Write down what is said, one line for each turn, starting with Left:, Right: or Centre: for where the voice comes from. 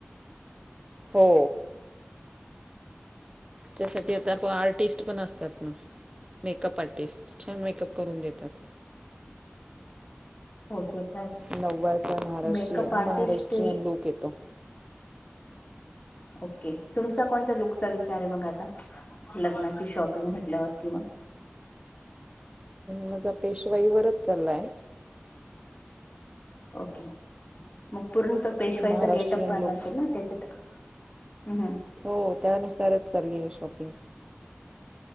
Right: हो. त्यासाठी आता आर्टिस्ट पण असतात. ना. Makeup artist. छान मेकअप करून देतात.
Left: होय देतात.
Right: नऊवारचा महाराष्ट्रीयन
Left: मेकअप आर्टिस्ट
Right: महाराष्ट्रीयन
Left: ही.
Right: लुक येतो
Left: ओके तुमचा कोणता लुकचा विचार आहे मग आता. लग्नाची शॉपिंग म्हटल्यावरती मग.
Right: माझा पेशवाईवररच चाललाय.
Left: ओके मग पूर्ण तो पेशवायचा
Right: महाराष्ट्रीयन
Left: गेटप पण
Right: लुक
Left: असेल ना त्याच्यात. हम्म
Right: हो त्यानुसारच चालली आहे शॉपिंग.